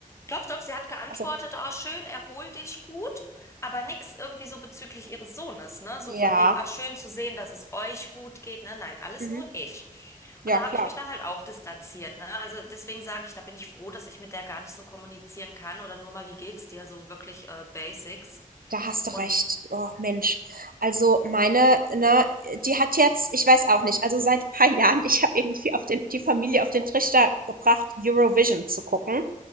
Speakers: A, on the left (about 20°); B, on the right (about 75°).
A: doch, doch, sie hat geantwortet,
B: also
A: oh, schön, erhol dich gut, aber nix irgendwie so bezüglich ihres Sohnes, ne? So
B: Ja,
A: von wegen, ach, schön zu sehen, dass es euch gut geht, ne? Nein, alles
B: mhm,
A: nur ich.
B: ja
A: Und da
B: klar.
A: habe ich mich dann halt auch distanziert, ne? Also deswegen sage ich, da bin ich froh, dass ich mit der gar nicht so kommunizieren kann oder nur mal, wie geht's dir, so wirklich äh, Basics.
B: Da hast du
A: Und
B: recht. Oh Mensch. Also, meine, ne, die hat jetzt ich weiß auch nicht, also seit ein paar <laughs> Jahren ich habe irgendwie auf den die Familie auf den Trichter gebracht, Eurovision zu gucken.